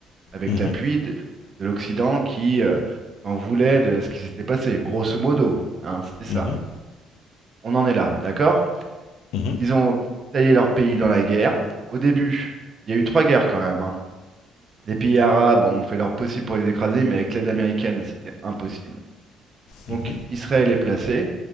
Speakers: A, on the right; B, on the left.
A: avec
B: Mhm,
A: l'appui de, de l'Occident qui euh, s'en voulait de ce qui s'était passé, grosso modo. hein, c'était ça.
B: mhm,
A: On en est là, d'accord?
B: mhm,
A: Ils ont taillé leur pays dans la guerre. Au début, il y a eu trois guerres quand même. hein. Les pays arabes ont fait leur possible pour les écraser, mais avec l'aide américaine, c'était impossible. Donc
B: mhm.
A: Israël est placé.